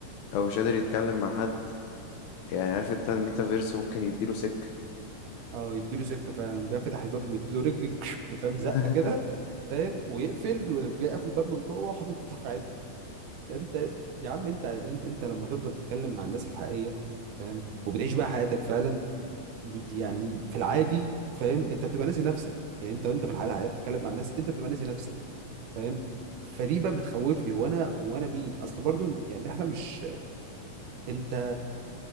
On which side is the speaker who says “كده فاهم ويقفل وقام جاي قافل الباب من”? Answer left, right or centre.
Right